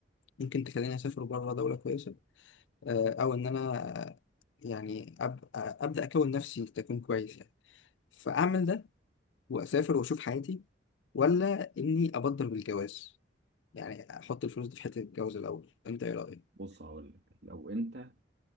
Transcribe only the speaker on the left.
ممكن تخليني اسافر بره دوله كويسه آه، او ان انا يعني أب... ابدا اكون نفسي تكون كويس يعني فاعمل ده واسافر واشوف حياتي ولا اني ابدر بالجواز يعني احط الفلوس دي في حته الجواز الاول انت ايه رايك